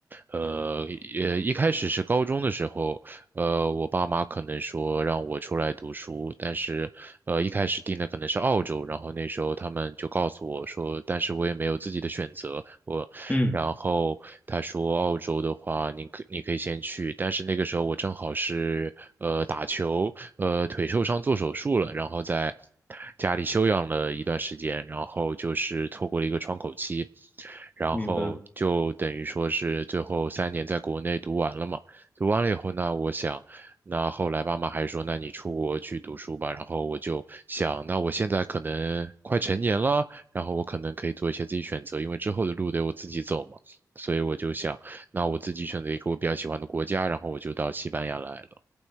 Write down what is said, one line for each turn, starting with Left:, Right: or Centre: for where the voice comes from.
Right: 呃，呃，一开始是高中的时候，呃，我爸妈可能说让我出来读书，但是，呃，一开始定的可能是澳洲，然后那时候他们就告诉我说，但是我也没有自己的选择，我。
Left: 嗯，
Right: 然后他说澳洲的话，你可你可以先去，但是那个时候我正好是呃打球，呃腿受伤做手术了，然后在家里休养了一段时间，然后就是错过了一个窗口期，然后就等于说是最后三年在国内读完了嘛，
Left: 明白。
Right: 读完了以后呢，我想。那后来爸妈还说，那你出国去读书吧。然后我就想，那我现在可能快成年了，然后我可能可以做一些自己选择，因为之后的路得我自己走嘛。所以我就想，那我自己选择一个我比较喜欢的国家，然后我就到西班牙来了。